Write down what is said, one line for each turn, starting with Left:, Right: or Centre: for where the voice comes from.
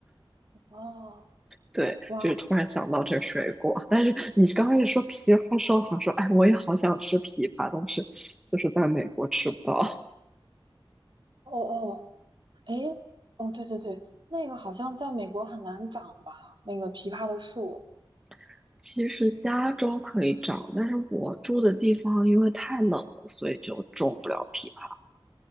Right: <laughs> 哦，
Centre: 对，
Right: 哇，
Centre: 就是突然想到这个水果，但是你刚开始说枇杷的时候，想说，哎，我也好想吃枇杷，但是就是在美国吃不到。
Right: 哦哦，诶，哦，对对对，那个好像在美国很难长吧？那个枇杷的树，
Centre: <laughs> 其实加州可以长，但是我住的地方因为太冷了，所以就种不了枇杷。